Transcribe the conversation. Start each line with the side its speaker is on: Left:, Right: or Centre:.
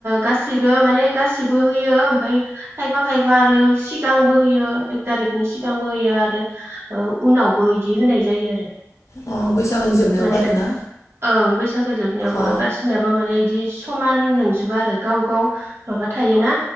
Right: गासिबो माने गासैबो होयो ओमफाय खायफा-खायफा आरो सिगांबो होयो एक थारिखनि सिगांबो होयो आरो ओ उनावबो इदि होनाय जायो आरो।
Left: अ बैसागोनि जोबनायावबो
Right: माने
Left: आरोना
Right: ओं बैसागो जोबनायावबो
Left: अ
Right: गाससिनाबो माने इद बे समान नोंजोबा आरो गाव गाव माबा थायोना